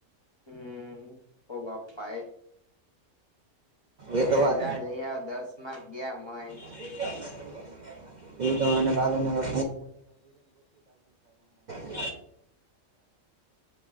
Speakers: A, on the left; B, on the right.
A: હમ, ઓ બાપા. જોઈ
B: એ તો
A: આવ
B: વાત
A: જા જઈ આવ દસ માર્ક ગયા માય.
B: <inaudible> એ તો કાલેને મને. <unintelligible>